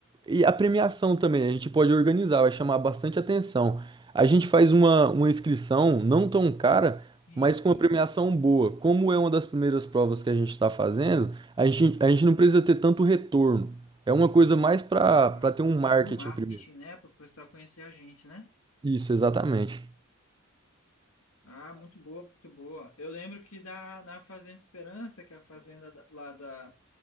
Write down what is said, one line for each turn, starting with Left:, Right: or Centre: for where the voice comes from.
Right: E a premiação também, a gente pode organizar, vai chamar bastante atenção. A gente faz uma, uma inscrição não tão cara,
Left: sim,
Right: mas
Left: sim.
Right: com uma premiação boa. Como é uma das primeiras provas que a gente está fazendo, a gente, a gente não precisa ter tanto retorno. É uma coisa mais para para
Left: Ah,
Right: ter um
Left: Assim,
Right: marketing
Left: para o marketing,
Right: primeiro.
Left: né? Para o pessoal conhecer a gente, né?
Right: Isso, exatamente.
Left: Ah, muito boa, muito boa. Eu lembro que da, na Fazenda Esperança, que é a fazenda da- lá da,